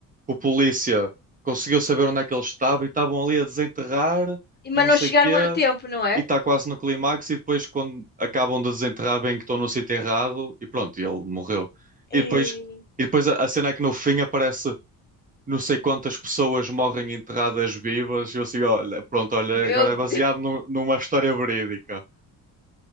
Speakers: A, on the right; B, on the left.
A: o polícia conseguiu saber onde é que ele estava e estavam ali a desenterrar
B: E- Mas
A: e não
B: não
A: sei
B: chegaram
A: o quê
B: a tempo, não é?
A: e está quase no clímax e depois quando acabam de desenterrar bem que estão no sítio errado e pronto, e ele morreu.
B: Ei,
A: E depois, e depois a, a cena é que no fim aparece não sei quantas pessoas morrem enterradas vivas. Eu assim, olha, pronto, olha,
B: meu
A: agora
B: Deus.
A: é baseado nu- numa história verídica.